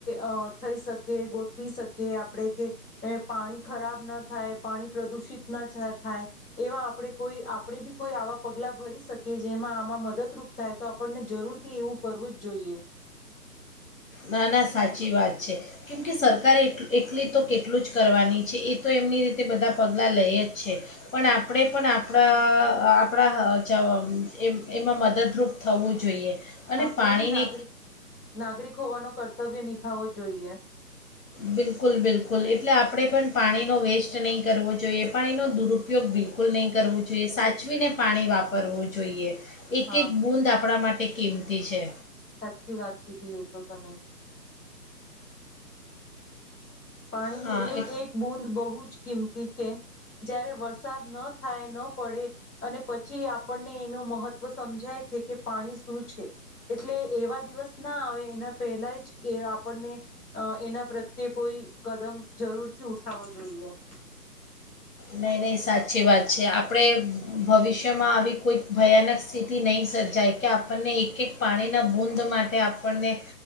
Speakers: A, in the centre; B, on the left.
A: અહ થઈ શકે, ગોઠવી શક કે આપણે કે પાણી ખરાબ ન થાય, પાણી પ્રદુષિત ના જ થાય, એવા આપણે કોઈ આપણે બી કોઈ આવા પગલા ભરી શકીએ, જેમાં આમાં મદદરૂપ થાય તો આપણને જરૂરથી એવું કરવું જ જોઈએ.
B: ના, ના સાચી વાત છે. કેમકે સરકારે એટ એટલી તો કેટલું જ કરવાની છે. એ તો એમની રીતે બધા પગલાં લઈએ જ છે. પણ આપણે પણ આપણા અહ આપણા જવ એમાં મદદરૂપ થવું જોઈએ. અને
A: આપણેે
B: પાણીને
A: બી નાગરિક-નાગરિક હોવાનો કર્તવ્ય નિભાવો જોઈએ.
B: બિલકુલ-બિલકુલ. એટલે આપણે પણ પાણીનો વેસ્ટ નહીં કરવો જોઈએ. પાણીનો દુરુપયોગ બિલકુલ નહીં કરવો જોઈએ. સાચવીને પાણી વાપરવો જોઈએ. એક
A: હા
B: એક બુંદ આપડા માટે તે કિંમતી છે.
A: સાચી વાત કીધી એતો તમે પાણી ની
B: હા
A: એક
B: એ
A: એક બુંદ બહુ જ કિંમત તી છે, જયારે વરસાદ ન થાય ન પડે અને પછી આપણને એનું મહત્વ સમજાય છે કે પાણી શું છે, એટલે એવા દિવસ ના આવે એના પહેલાજ એ આપણને એના પ્રત્યે કોઈ કદમ જરૂરથી ઉઠાવો જોઈએ.
B: નહીં નહીં સાચી વાત છે. આપડે ભવિષ્યમાં આવી કોઈક ભયાનક સ્થિતિ નઈ સર્જાય કે આપણને એક એક પાણીના બુંદ માટે આપણને